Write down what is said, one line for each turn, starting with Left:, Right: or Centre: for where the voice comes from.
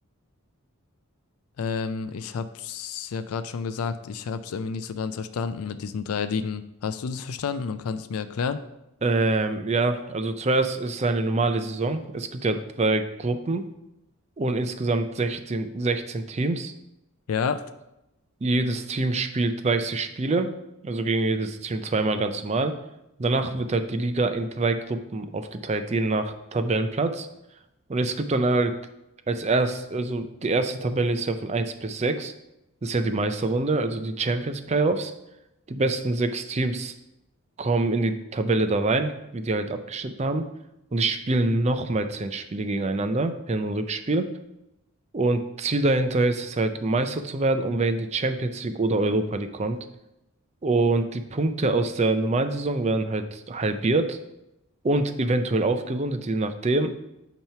Left: Ähm, ich hab's ja gerade schon gesagt, ich hab's irgendwie nicht so ganz verstanden mit diesen drei Ligen. Hast du das verstanden und kannst es mir erklären?
Right: Ähm, ja, also zuerst ist es eine normale Saison. Es gibt ja drei Gruppen und insgesamt sechzehn 16 Teams.
Left: Ja,
Right: Jedes Team spielt 30 Spiele, also gegen jedes Team zweimal ganz normal. Danach wird halt die Liga in drei Gruppen aufgeteilt, je nach Tabellenplatz. Und es gibt dann halt als erst, also die erste Tabelle ist ja von eins bis sechs, Das ist ja die Meisterrunde, also die Champions Playoffs. Die besten sechs Teams kommen in die Tabelle da rein, wie die halt abgeschnitten haben. Und die spielen nochmal zehn Spiele gegeneinander, Hin- und Rückspiel. Und Ziel dahinter ist es halt, Meister zu werden, um wenn die Champions League oder Europa League kommt. Und die Punkte aus der normalen Saison werden halt halbiert und eventuell aufgerundet, je nachdem.